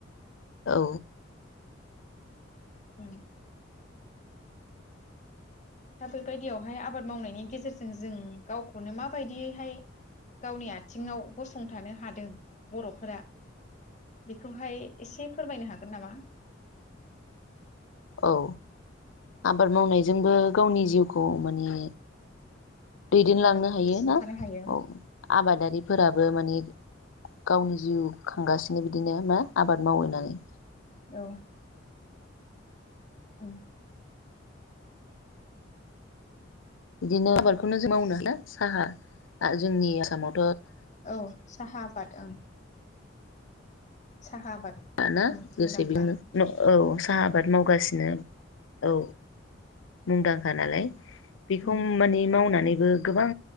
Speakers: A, on the left (about 80°); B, on the left (about 40°).
A: औ
B: उम दा बेबायदियावहाय आबाद मावनायनि गेजेरजों जों गावखौनो माबायदियैहाय गावनि आथिङाव गसंथानो हादों बर'फोरा बेखौहाय एसे फोरमायनो हागोन नामा?
A: औ आबाद मावनायजोंबो गावनि जिउखौ माने दैदेनलांनो
B: औ
A: हायो
B: सुंथानो
A: ना
B: हायो
A: औ आबादारिफोराबो माने गावनि जिउ खांगासिनो बिदिनो मा आबाद मावैनानै
B: औ उम
A: बिदिनो आबादखौनो जों मावो नालाय साहा जोंनि आसामाव
B: औ साहा आबथ ओं साहा आबाद
A: <unintelligible>
B: ओं मुंदांखा
A: औ साहा आबाद मावगासिनो औ मुंदांखा नालाय बेखौ
B: उम
A: माने मावनानै बो गोब गोबां